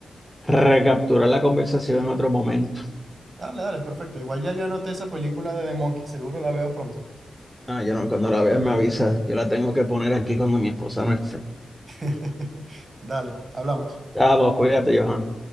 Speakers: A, in the centre; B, on the right.
A: recapturar la conversación en otro momento.
B: Dale, dale, perfecto. Igual ya yo anoté esa película de The Monkey, seguro la veo pronto.
A: Ah, yo no, cuando la veas me avisas. Yo la tengo que poner aquí cuando mi esposa no esté.
B: <laughs> Dale, hablamos.
A: Ah, pues cuídate, Johan.